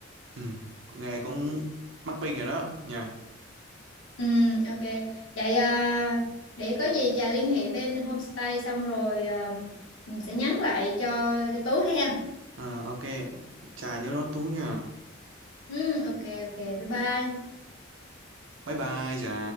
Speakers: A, on the right (about 80°); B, on the left (about 80°).
A: Ừ, cũng nghe cũng mắc bình rồi đó nhỉ.
B: Ừm, ok. Vậy à, để có gì Trà liên hệ bên homestay xong rồi à, sẽ nhắn lại cho cho Tú hen.
A: Ờ, ok. Chà nhớ đón Tú nhỉ
B: Ừm, ok ok. Bye bye.
A: Bye bye chà.